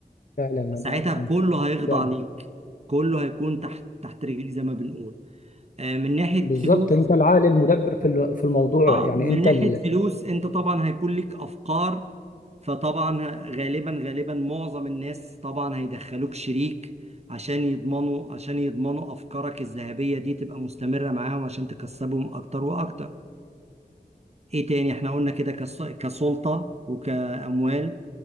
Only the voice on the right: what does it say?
ساعتها كله هيخضع
ليك كله هيكون تحت تحت رجليه زي ما بنقول آه، من ناحية
فلوس
اه
من
ناحية
فلوس انت طبعا هيكون لك افكار فطبعا ه- غالبا غالبا معظم الناس طبعا هيدخلوك شريك عشان يضمنوا عشان يضمنوا افكارك الذهبية دي تبقى مستمرة معاهم عشان تكسبهم اكتر واكتر ايه تاني احنا قلنا كده كس- كسلطة وكأموال